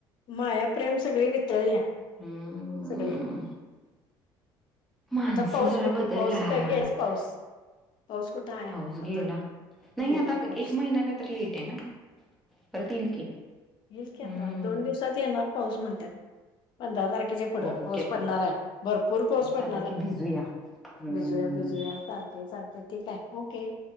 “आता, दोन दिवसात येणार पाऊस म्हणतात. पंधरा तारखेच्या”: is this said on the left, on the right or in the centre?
Left